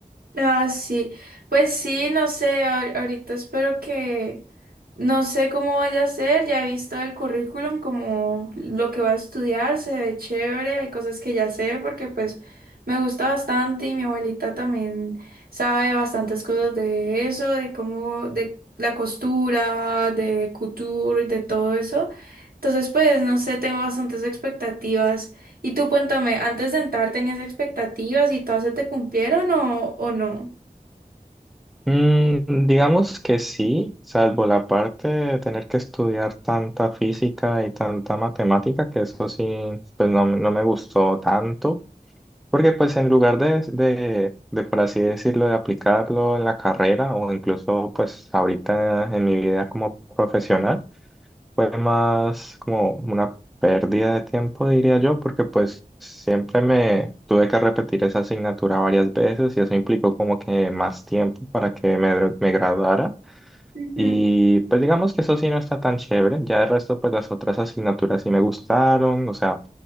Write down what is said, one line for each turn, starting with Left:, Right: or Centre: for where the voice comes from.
Right: Ah, sí. Pues sí, no sé, ahor- ahorita espero que, no sé cómo vaya a ser, ya he visto el currículum, como lo que va a estudiar, se ve chévere, hay cosas que ya sé porque pues me gusta bastante y mi abuelita también sabe bastantes cosas de eso, de cómo, de la costura, de couture, de todo eso. Entonces, pues, no sé, tengo bastantes expectativas. Y tú cuéntame, ¿antes de entrar tenías expectativas y todas se te cumplieron o, o no?
Centre: Mm, digamos que sí, salvo la parte de tener que estudiar tanta física y tanta matemática, que eso sí, pues no, no me gustó tanto, porque pues en lugar de, de, de, por así decirlo, de aplicarlo en la carrera o incluso pues ahorita en mi vida como profesional, fue más como una pérdida de tiempo, diría yo, porque pues siempre me tuve que repetir esa asignatura varias veces y eso implicó como que más tiempo para que me, me graduara.
Right: Ujú,
Centre: Y pues digamos que eso sí no está tan chévere, ya de resto pues las otras asignaturas sí me gustaron, o sea...